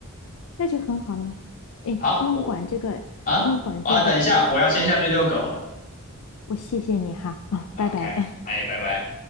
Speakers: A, on the left; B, on the left.
A: 那就很好了。哎，
B: 好，
A: 他们管这个，
B: 我。啊，
A: 他们管这个，
B: 我要等一下，我要先下去遛狗了。
A: 我谢谢你哈，<laughs> 啊，
B: OK，
A: 拜拜。
B: 哎，拜拜。